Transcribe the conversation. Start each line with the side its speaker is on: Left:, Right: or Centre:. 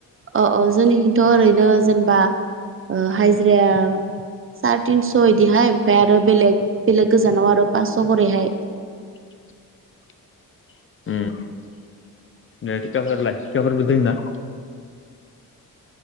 Right: अ अ जोंनिखिंथ' ओरैनो जेनेबा ओ हाइजिराया साराय तिनस' बिदिहाय ओमफ्राय आरो बेलेग बेलेग गोजानाव आरो पास' खरैहाय
Left: <inaudible> उम थिखाफोरलाय थिखाफोरबोथ होयोना